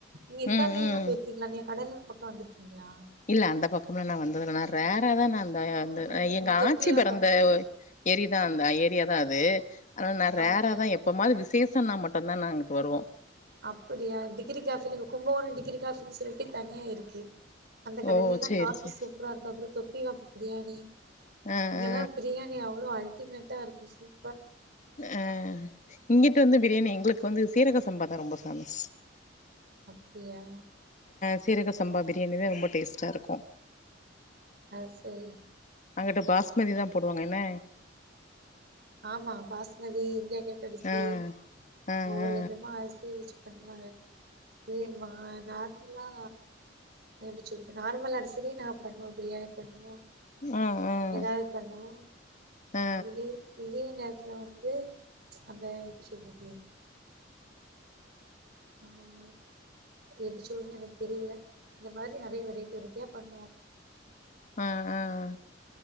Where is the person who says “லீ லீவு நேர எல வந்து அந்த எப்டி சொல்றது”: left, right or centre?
Right